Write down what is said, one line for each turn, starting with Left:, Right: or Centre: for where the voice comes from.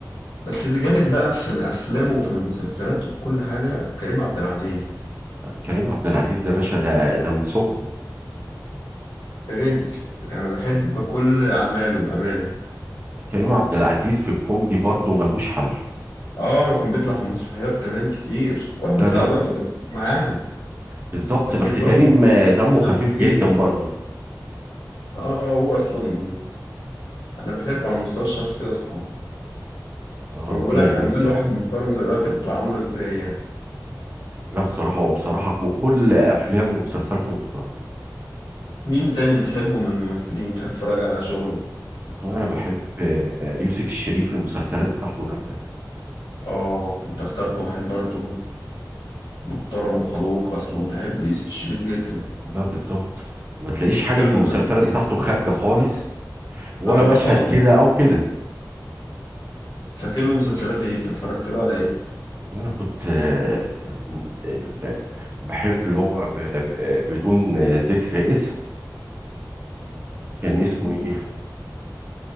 Left: بس اللي جامد بقى في الأفلام وفي المسلسلات وفي كل حاجة كريم عبد العزيز
Right: لا، كريم عبد العزيز ده باشا ده ده من صغره
Left: برنس أنا بحب كل أعماله بأمان
Right: كريم عبد العزيز في الكوميدي برضه ملهوش حل
Left: اه كان بيطلع في مسرحيات كمان كتير وأحمد
Right: لا
Left: سقا
Right: دم
Left: برضه كان معاهم
Right: بالظبط
Left: فاكر
Right: بس كريم
Left: لهم
Right: آه،
Left: آه،
Right: دمه
Left: كده
Right: خفيف جدا
Left: إيه
Right: برضه
Left: اه هو اصلا انا بحبه على المستوى الشخصي اصلا
Right: آه،
Left: فما
Right: ربنا
Left: بالك
Right: يديله
Left: اعمال
Right: الصحه
Left: واحد محترم زي ده تبقى عامله ازاي يعني
Right: لا بصراحه هو بصراحه وكل افلامه ومسلسلاته محترمه
Left: مين تاني بتحبه من الممثلين بتحب تتفرج على شغله
Right: انا بحب آه، يوسف الشريف المسلسلات بتاعته جامده
Left: اه انت اخترت واحد برضه محترم وخلوق اصلا بحب يوسف الشريف جدا
Right: ده بالظبط ما تلاقيش حاجة
Left: فاكر
Right: في
Left: له
Right: المسلسلات
Left: مسلسلات ايه
Right: بتاعته خارجة خالص ولا
Left: اه
Right: مشهد
Left: خالص
Right: كده أو كده
Left: فاكر له مسلسلات ايه انت اتفرجت له على ايه
Right: أنا كنت آه، يعني ال- بحب اللي هو ب- ب- بدون آه، ذكر اسم كان اسمه
Left: مم.
Right: إيه